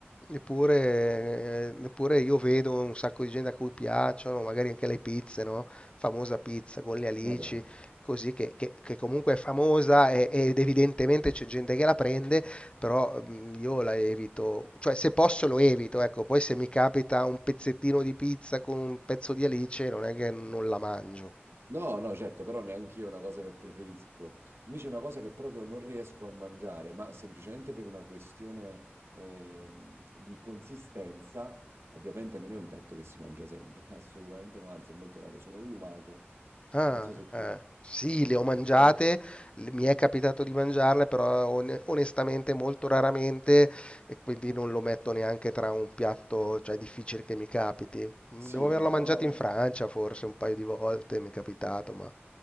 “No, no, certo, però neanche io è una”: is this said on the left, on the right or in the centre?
Right